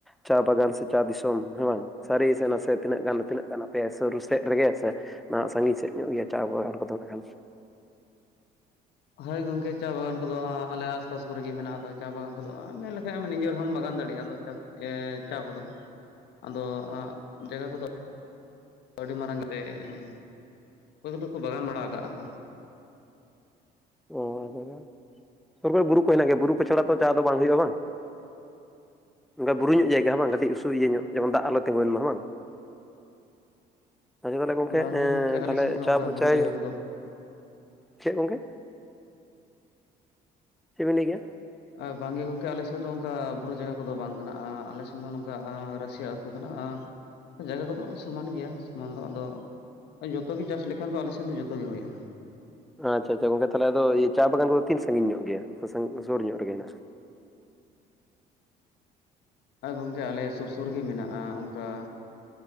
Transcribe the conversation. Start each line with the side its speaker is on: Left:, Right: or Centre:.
Centre: ᱪᱟ ᱵᱟᱜᱟᱱ ᱥᱮ ᱪᱟ ᱫᱤᱥᱚᱢ ᱦᱮᱸ ᱵᱟᱝ ᱥᱟᱹᱨᱤ ᱥᱮ ᱱᱟᱥᱮ ᱛᱤᱱᱟᱹᱜ ᱜᱟᱱ ᱛᱤᱱᱟᱹᱜ ᱜᱟᱱ ᱟᱯᱮᱭᱟ ᱥᱩᱨᱩ ᱥᱮᱫ ᱨᱮᱜᱮ ᱥᱮ ᱱᱟᱦᱟᱸᱜ ᱥᱟᱺᱜᱤᱧ ᱥᱮᱫ ᱧᱚᱜ ᱜᱮᱭᱟ ᱪᱟ ᱵᱟᱵᱟ ᱦᱚᱲ ᱠᱚᱫᱚ ᱠᱷᱟᱱ
Left: ᱦᱳᱭ ᱜᱚᱢᱠᱮ ᱪᱟ ᱵᱟᱜᱟᱱ ᱠᱚᱫᱚ ᱟᱸ ᱟᱞᱮ ᱟᱥ ᱯᱟᱥ ᱠᱚᱨᱮᱜᱮ ᱢᱮᱱᱟᱜ ᱫᱚ ᱪᱟ ᱵᱟᱜᱟᱱ ᱠᱚᱫᱚ ᱢᱮᱱ ᱞᱮᱠᱷᱟᱱᱢ ᱱᱤᱡᱮᱨ ᱦᱚᱸᱢ ᱵᱟᱜᱟᱱ ᱫᱟᱲᱮᱭᱟᱜ <unintelligible> ᱮ ᱪᱟ ᱠᱚᱫᱚ ᱟᱫᱚ ᱡᱟᱜᱟ ᱠᱚᱫᱚ ᱟᱹᱰᱤ ᱢᱟᱨᱟᱝ ᱛᱮ ᱮᱸ ᱚᱠᱚᱭ ᱠᱚᱫᱚ ᱠᱚ ᱵᱟᱜᱟᱱ ᱵᱟᱲᱟ ᱠᱟᱜ-ᱟ ᱠᱚ᱾
Centre: <unintelligible> ᱥᱚᱨ ᱠᱚᱨᱮ ᱵᱩᱨᱩ ᱠᱚ ᱦᱮᱱᱟᱜ ᱜᱮᱭᱟ᱾ ᱵᱩᱨᱩ ᱠᱚᱪᱷᱟᱲᱟ ᱛᱚ ᱪᱟ ᱫᱚ ᱵᱟᱝ ᱦᱩᱭᱩᱜᱼᱟ ᱵᱟᱝ ᱚᱱᱠᱟ ᱵᱩᱨᱩ ᱧᱚᱜ ᱡᱟᱭᱜᱟ ᱦᱚᱸ ᱵᱟᱝ ᱠᱟᱹᱴᱤᱡ ᱩᱥᱩ ᱤᱭᱟᱹ ᱧᱚᱜ ᱡᱮᱢᱚᱱ ᱫᱟᱜ ᱟᱞᱚ ᱛᱤᱸᱜᱩᱭ ᱢᱟ ᱦᱮ ᱵᱟᱝ ᱚᱸ ᱟᱪᱪᱷᱟ ᱛᱟᱦᱚᱞᱮ ᱜᱚᱢᱠᱮ
Left: ᱵᱟᱝᱜᱮ
Centre: ᱮᱸ
Left: ᱜᱚᱝᱠᱮ ᱟᱞᱮ
Centre: ᱛᱟᱦᱚᱞᱮ
Left: ᱥᱮᱱ ᱫᱚ
Centre: ᱪᱟᱵᱟ
Left: ᱚᱱᱠᱟ ᱵᱩᱨᱩ
Centre: ᱪᱟᱭ
Left: ᱡᱟᱭᱜᱟ ᱠᱚᱫᱚ
Centre: ᱪᱮᱫ ᱜᱚᱝᱠᱮ ᱪᱮᱫᱵᱤᱱ ᱞᱟᱹᱭ ᱠᱮᱫᱼᱟ?
Left: ᱟ ᱵᱟᱝᱜᱮ ᱜᱚᱢᱠᱮ ᱟᱞᱮᱥᱮᱫ ᱫᱚ ᱚᱱᱠᱟ ᱵᱩᱨᱩ ᱡᱟᱭᱜᱟ ᱠᱚᱫᱚ ᱵᱟᱝ ᱠᱟᱱᱟ᱾ ᱟᱸ ᱟᱞᱮ ᱥᱮᱫ ᱫᱚ ᱱᱚᱝᱠᱟ ᱟᱻᱨ ᱨᱟᱹᱥᱤᱭᱟ ᱟᱹᱛ ᱟᱛᱩ ᱠᱟᱱᱟ᱾ <unintelligible> ᱡᱟᱭᱜᱟ ᱠᱚᱫᱚ ᱥᱚᱢᱟᱱ ᱜᱮᱭᱟ ᱥᱚᱢᱟᱱ ᱫᱚ, ᱟᱫᱚ ᱡᱚᱛᱚ ᱜᱮ ᱪᱟᱥ ᱞᱮᱠᱷᱟᱱ ᱫᱚ ᱟᱞᱮ ᱥᱮᱱ ᱫᱚ ᱡᱚᱛᱚᱜᱮ ᱦᱩᱭᱩᱜᱼᱟ ᱾
Centre: ᱟᱪᱪᱷᱟ ᱟᱪᱪᱷᱟ ᱜᱚᱝᱠᱮ ᱛᱟᱦᱚᱞᱮ ᱟᱫᱚ ᱤᱭᱟᱹ ᱪᱟ ᱵᱟᱜᱟᱱ ᱠᱚᱫᱚ ᱛᱤᱱᱟᱹᱜ ᱥᱟᱸᱜᱤᱧ ᱧᱚᱜ ᱜᱮᱭᱟ, ᱥᱮ ᱥᱩᱨ ᱥᱩᱨ ᱧᱚᱜ ᱨᱮᱜᱮ ᱦᱮᱱᱟᱜᱼᱟ?
Left: ᱟᱨ ᱜᱚᱢᱠᱮ ᱟᱞᱮ ᱥᱩᱨ ᱥᱩᱨ ᱜᱮ ᱢᱮᱱᱟᱜᱼᱟ ᱚᱱᱠᱟ,